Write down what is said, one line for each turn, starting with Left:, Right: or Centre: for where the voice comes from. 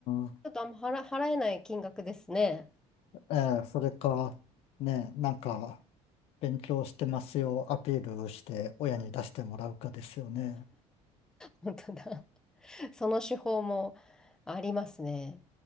Left: ん。
Centre: ょっとあんま払、払えない金額ですね。
Left: ええ、それか、ね、なんか、勉強してますよ、アピールして親に出してもらうかですよね。
Centre: 本当だ。その手法もありますね。